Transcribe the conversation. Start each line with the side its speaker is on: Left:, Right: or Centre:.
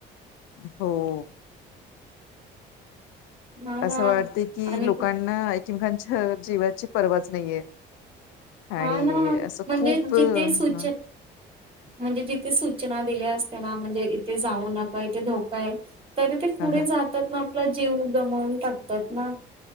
Left: हो
Right: हा ना
Left: असं वाटते कि
Right: आणि
Left: लोकांना
Right: कुठ
Left: एकमकांच्या जीवाची परवाच नाहीये आणि
Right: हा ना
Left: असं
Right: म्हणजे
Left: खूप
Right: जिथे
Left: ह
Right: सूच म्हणजे जिथे सूचना दिल्या असत ना म्हणजे इथे जाऊ नका इथे धोका आहे तरी ते पुढे
Left: हा हा हा
Right: जातात ना आपला जीव गमावून टाकतात ना